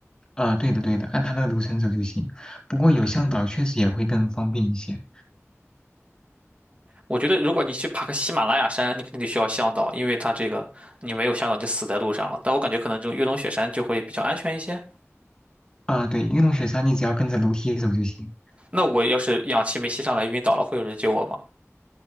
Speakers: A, on the left; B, on the right.
A: 呃，对的，对的，按他那个流程走就行。不过有向导确实也会更方便一些。
B: 我觉得如果你去爬个喜马拉雅山，你肯定得需要向导，因为它这个你没有向导就死在路上了。但我感觉可能这种越冬雪山就会比较安全一些。
A: 啊，对，玉龙雪山你只要跟着楼梯走就行。
B: 那我要是氧气没吸上来晕倒了，会有人救我吗？